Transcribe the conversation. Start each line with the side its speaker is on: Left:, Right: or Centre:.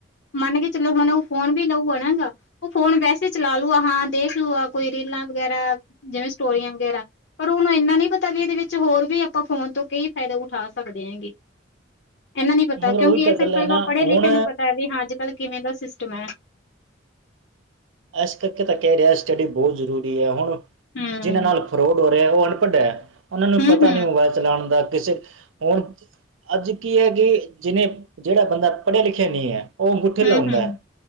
Left: ਮੰਨ ਕੇ ਚਲੋ ਹੁਣ ਉਹ ਫੋਨ ਵੀ ਲਊ ਆ ਨਾ ਗਾ ਉਹ ਫੋਨ ਵੈਸੇ ਚਲਾ ਲੂ ਆ ਹਾਂ ਦੇਖ ਲੂ ਆ ਕੋਈ ਰੀਲਾਂ ਵਗੈਰਾ ਜਿਵੇਂ ਸਟੋਰੀਆਂ ਵਗੈਰਾ ਪਰ ਉਹਨੂੰ ਇੰਨਾ ਨੀ ਪਤਾ ਵੀ ਇਹਦੇ ਵਿੱਚ ਹੋਰ ਵੀ ਆਪਾਂ ਫੋਨ ਤੋਂ ਕਈ ਫ਼ਾਇਦੇ ਉਠਾ ਸਕਦੇ ਹੈਂਗੇ ਇਹਨਾ ਨਹੀਂ ਪਤਾ
Right: ਮਗਰ
Left: ਕਿਉਂਕਿ
Right: ਉਹੀ ਤਾਂ
Left: ਇਹ ਸਿਰਫ
Right: ਗੱਲ ਹੈ ਨਾ
Left: ਪੜ੍ਹੇ
Right: ਹੁਣ
Left: ਲਿਖੇ ਨੂੰ ਪਤਾ ਹੈ ਵੀ ਹਾਂ ਅੱਜ ਕੱਲ੍ਹ ਕਿਵੇਂ ਦਾ ਸਿਸਟਮ ਹੈ
Right: ਇਸ ਕਰਕੇ ਤਾਂ ਕਹਿ ਰਿਹਾ ਸਟੱਡੀ ਬਹੁਤ ਜ਼ਰੂਰੀ ਹੈ ਹੁਣ
Left: ਹਮ
Right: ਜਿਹਨਾਂ ਨਾਲ ਫਰੋਡ ਉਹ ਅਨਪੜ੍ਹ ਹੈ ਉਹਨਾਂ ਨੂੰ
Left: ਹਮ
Right: ਪਤਾ ਨਹੀਂ ਮੋਬਾਇਲ ਚਲਾਉਣ ਦਾ ਕਿਸੇ ਹੁਣ ਅੱਜ ਕੀ ਹੈ ਕਿ ਜਿਹਨੇ ਜਿਹੜਾ ਬੰਦਾ ਪੜ੍ਹਿਆ ਲਿਖਿਆ ਨਹੀਂ ਹੈ ਉਹ ਅੰਗੂਠੇ
Left: ਹਮ
Right: ਲਾਉਂਦਾ ਹੈ